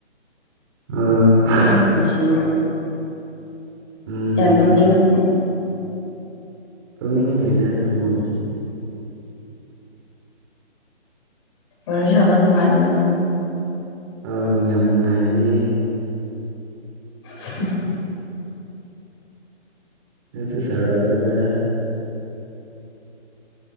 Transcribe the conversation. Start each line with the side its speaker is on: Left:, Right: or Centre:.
Right: ꯑꯥ
Left: ꯈꯨꯁꯤ
Right: ꯎꯝ
Left: ꯌꯥꯝ ꯇꯨꯝꯅꯤꯡꯉꯨ
Right: ꯇꯅꯤꯡ ꯀ꯭ꯔꯦꯇꯔ ꯇꯦꯛꯅꯣꯂꯣꯤ
Left: ꯋꯥꯔꯤꯣꯔꯣꯏ ꯁꯥꯕ ꯅꯨꯡꯉꯥꯏꯕ꯭ꯔꯣ
Right: ꯑ ꯌꯥꯝ ꯅꯨꯡꯉꯥꯏꯕꯅꯦ
Left: <inaudible>
Right: ꯅꯁꯨ ꯁꯔ ꯑꯣꯏꯗꯅ